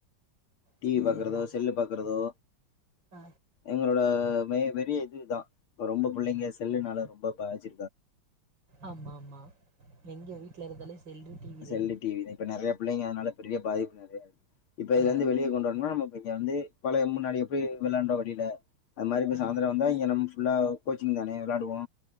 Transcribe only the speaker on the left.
டிவி
பாக்குறதோ செல்லு பாக்குறதோ
எங்களோட மே வெரிய இதுதான் இப்ப ரொம்ப பிள்ளைங்க செல்லுனால ரொம்ப பாதிச்
சொல்லு டிவி தேன் இப்ப நிறைய பிள்ளைங்க அதனால பெரிய வாய்ப்பு நிறைய இருக் இப்போ இதுல
இருந்தது வெளிய கொண்டு வரணும்னா இவாங்க வந்து பலைய முன்னாடி பே விளாண்டோ வெளில அது மாரி இப்போ
சாயந்தரோ வந்தா இங்க நம்ப ஃபுல்லா கோச்சிங் தானே விளாடுவோ